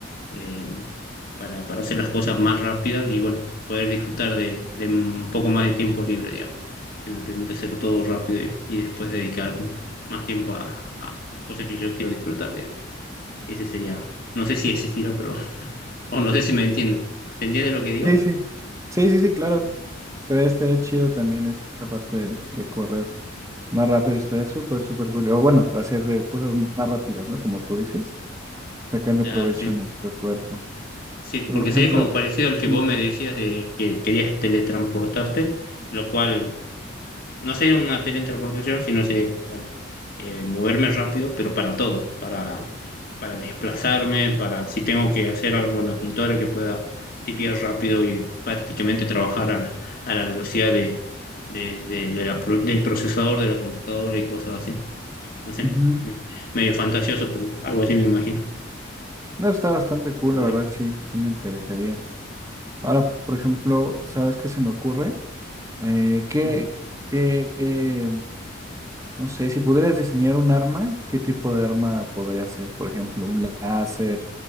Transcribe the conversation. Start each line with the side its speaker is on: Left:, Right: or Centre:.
Left: eh, para, para hacer las cosas más rápidas y bueno, poder disfrutar de, de un poco más de tiempo libre, digamos, que me permite hacer todo rápido y, y después dedicar más tiempo a, a cosas que yo quiero disfrutar, digamos. Ese sería, no sé si existirá, pero, <laughs> o no sé si me entiende. ¿Se entiende lo que digo?
Right: Sí, sí. Sí, sí, sí, claro. Estaría, estaría chido también esa parte de, de correr más rápido. Estaría súper, súper cool. O bueno, hacer de cosas más rápidas, ¿no? Como tú dices, sacarle
Left: Ah,
Right: provecho
Left: sí,
Right: a nuestro cuerpo.
Left: sí, porque
Right: Pero, por ejemplo,
Left: sería como parecido al que
Right: ujú,
Left: vos me decías de que querías teletransportarte, lo cual no sería una teletransportación, sino sería como, bueno, eh, moverme rápido, pero para todo, para para desplazarme, para si tengo que hacer algo en la computadora que pueda tipear rápido y prácticamente trabajar a, a la velocidad de, de- de- de la pro- del procesador de la computadora y cosas así. No sé,
Right: ujú.
Left: me- medio fantasioso, pero algo así me imagino.
Right: No, está bastante cool,
Left: A ver,
Right: la verdad, sí, sí me interesaría. Ahora, por ejemplo, ¿sabes qué se me ocurre? Eh,
Left: ujú.
Right: ¿qué, qué, eh, no sé, si pudieras diseñar un arma, ¿qué tipo de arma podría ser? Por ejemplo, un láser,